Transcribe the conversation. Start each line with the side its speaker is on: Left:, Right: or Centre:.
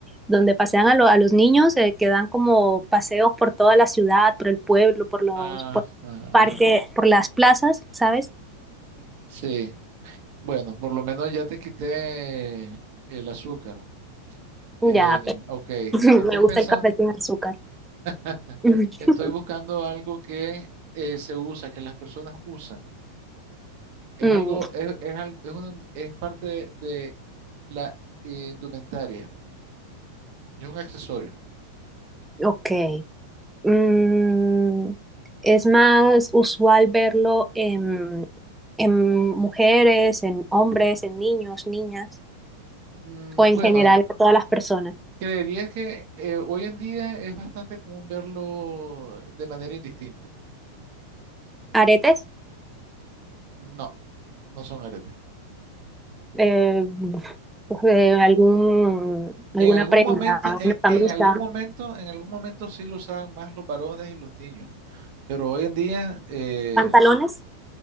Centre: donde pasean a, lo- a los niños, eh, que dan como paseos por toda la ciudad, por el pueblo, por los
Right: Ajá,
Centre: por parques, por las plazas, ¿sabes?
Right: sí. Bueno, por lo menos ya te quité el azúcar.
Centre: Ya,
Right: Eh,
Centre: pero
Right: ok,
Centre: <laughs>
Right: estoy
Centre: me gusta
Right: pensando,
Centre: el café sin azúcar.
Right: <laughs>
Centre: <laughs>
Right: estoy buscando algo que eh, se usa, que las personas usan. Es
Centre: Mm,
Right: algo, es, es, al- es, un- es parte de, la indumentaria, es un accesorio.
Centre: ok. Mm, es más usual verlo en, en mujeres, en hombres, en niños, niñas,
Right: Mm,
Centre: o en
Right: Bueno,
Centre: general a todas las personas.
Right: Creería que eh, hoy en día es bastante común verlo de manera indistinta.
Centre: Aretes,
Right: No, no son aretes.
Centre: eh, pues, eh, algún, alguna
Right: En algún
Centre: prenda,
Right: momento, en,
Centre: una camisa,
Right: en algún momento, en algún momento sí lo usaban más los varones y los niños, pero hoy en día eh,
Centre: pantalones.